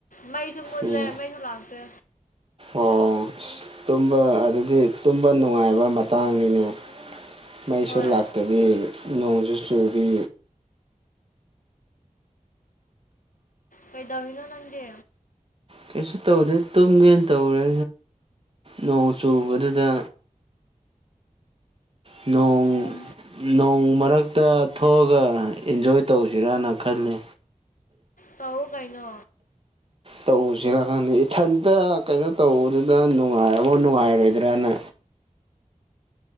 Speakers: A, on the left; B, on the right.
A: ꯃꯩꯁꯨ ꯃꯨꯠꯂꯦ
B: ꯎꯝ
A: ꯃꯩꯁꯨ ꯂꯥꯛꯇꯦ
B: ꯑꯣ ꯇꯨꯝꯕ ꯑꯗꯨꯗꯤ ꯇꯨꯝꯕ ꯅꯨꯡꯉꯥꯏꯕ ꯃꯇꯥꯡꯅꯤꯅꯦ ꯃꯩꯁꯨ
A: ꯍꯣꯏ
B: ꯂꯥꯛꯇꯕꯤ ꯅꯣꯡꯁꯨ ꯆꯨꯕꯤ
A: ꯀꯩꯗꯧꯔꯤꯅꯣ ꯅꯪꯗꯤ
B: ꯀꯩꯁꯨ ꯇꯧꯗꯦ ꯇꯨꯝꯒꯦꯅ ꯇꯧꯔꯦ ꯅꯣꯡ ꯆꯨꯕꯗꯨꯗ ꯅꯣꯡ
A: ꯎꯝ
B: ꯅꯣꯡ ꯃꯔꯛꯇ ꯊꯣꯛꯑꯒ ꯏꯟꯖꯣꯏ ꯇꯧꯁꯤꯔꯅ ꯈꯜꯂꯤ
A: ꯇꯧꯑꯣ ꯀꯩꯅꯣ
B: ꯇꯧꯁꯤꯔꯥ ꯈꯪꯗꯦ ꯏꯊꯟꯇ ꯀꯩꯅꯣ ꯇꯧꯕꯗꯨꯗ ꯅꯨꯡꯉꯥꯏꯃꯨꯛ ꯅꯨꯡꯉꯥꯏꯔꯣꯏꯗ꯭ꯔꯅ